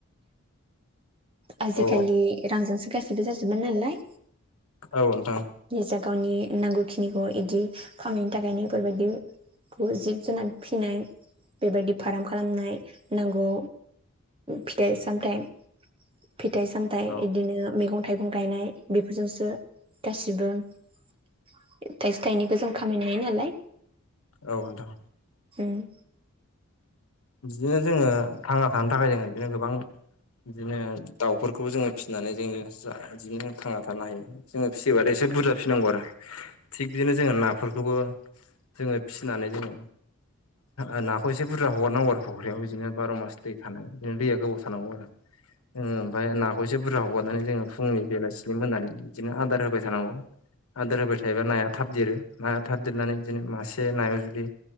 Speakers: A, on the right; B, on the left.
A: आजिखालि
B: औ
A: रांजोंसो गासिबो जाजोबो नालाय
B: औ नोंथां
A: निजा गावनि नांगौ खिनिखौ इदि खामायनो थाखायनो इफोरबायदि जिब जुनार फिनाय बेबायदि फाराम खालामनाय नांगौ फिथाइ सामथाइ फिथाइ सामथायाइ
B: औ
A: बिदिनो मैगं थाइगं गायनाय बेफोरजोंसो गासिबो थाइसे थाइनैखौ जों खामायनो हायो नालाय
B: औ नोंथां
A: ओम
B: बिदिनो जोङो थांना थानो थाखाय जोङो बिदिनो गोबां बिदिनो दाउफोरखौबो जोङो फिनानै जोंङो बिदिनो थांना थानो हायो जोङो फिसिबाथाय आरो एसे बुरजा फिसिनांगौ आरो थिग बिदिनो जोङो नाफोरखौबो जोङो फिनानै जोङो ओ नाखौ एसे बुरजा हगारनांगौ आरो फ'ख्रियाव इदिनो बार' मास दै थानाय बिदिनो दैया गोबाव थानांगौ आरो ओ ओमफाय नाखौ एसे बुरजा हगारनानै जोङो फुंनि बेलासिनि मोनानि इदिनो आदार होबाय थानांगौ आदार होबाय थायोबा नाया थाब देरो नाया थाब देरनानै इदिनो मासे नाया जुदि